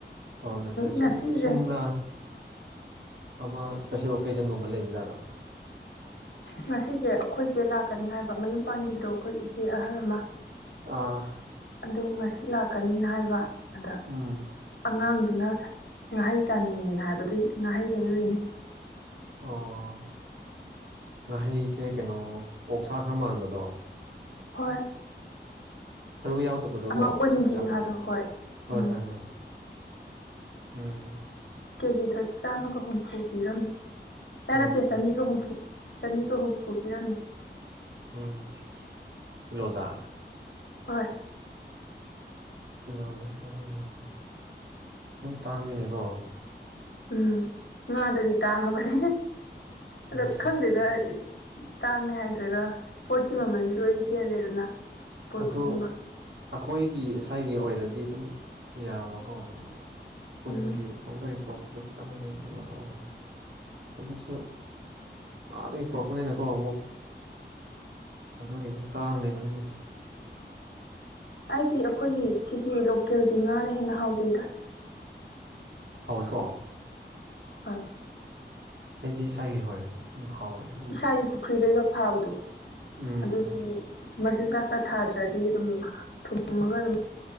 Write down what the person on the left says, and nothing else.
ꯉꯁꯤꯁꯦ
ꯉꯁꯤꯁꯦ ꯑꯩꯈꯣꯏꯁꯦ ꯂꯥꯛꯀꯅꯤ ꯍꯥꯏꯕ ꯃꯌꯨꯝ ꯄꯥꯟꯈꯤꯕꯗꯣ ꯑꯩꯈꯣꯏ ꯏꯆꯦ ꯑꯍꯜ ꯑꯃ
ꯑꯗꯨ ꯉꯁꯤ ꯂꯥꯛꯀꯅꯤꯅ ꯍꯥꯏꯕ ꯑꯗ
ꯑꯉꯥꯡꯗꯨꯅ ꯉꯥꯍꯩ ꯇꯥꯅꯤꯡꯉꯦꯅ ꯍꯥꯏꯕꯗꯨ ꯉꯥꯍꯩ ꯂꯩꯔꯨꯅꯤ
ꯍꯔ
ꯑꯃ ꯎꯟꯒꯤ
ꯉꯥꯗꯣ ꯍꯣꯏ ꯎꯝ
ꯀꯦꯖꯤꯗ ꯆꯥꯝꯃꯒ ꯍꯨꯝꯐꯨ ꯄꯤꯔꯝꯃꯤ ꯌꯥ
ꯅꯠꯇꯦ ꯆꯅꯤꯒ ꯍꯨꯝꯐꯨ ꯆꯅꯤꯒ ꯍꯨꯝꯐꯨ ꯄꯤꯔꯝꯃꯦ
ꯍꯣꯏ
ꯎꯝ ꯉꯥꯗꯗꯤ ꯇꯥꯡꯉꯕꯅꯦ ꯑꯗꯣ
ꯈꯪꯗꯦꯗ ꯇꯥꯡꯉꯦ ꯍꯥꯏꯗꯣꯏꯔ ꯄꯣꯠꯀꯤ ꯃꯃꯜꯗꯤ ꯂꯣꯏ ꯍꯦꯜꯂꯦꯗꯅ ꯄꯣꯠ
ꯈꯨꯗꯤꯡꯃꯛ
ꯎꯝ
ꯑꯩꯗꯤ ꯑꯩꯈꯣꯏꯒꯤ ꯁꯤꯒꯤ ꯂꯣꯀꯦꯜꯒꯤ ꯉꯥꯅ ꯍꯦꯟꯅ ꯍꯥꯎꯖꯩꯗ꯭ꯔꯥ
ꯍ
ꯑꯩꯒꯤ ꯄꯨꯈ꯭ꯔꯤꯗꯩꯒ ꯐꯥꯕꯗꯣ
ꯑꯗꯨꯗꯤ ꯃꯆꯤꯟꯖꯥꯛꯀ ꯊꯥꯗ꯭ꯔꯗꯤ ꯑꯗꯨꯝ ꯊꯨꯝꯃꯒ ꯑꯗꯨꯝ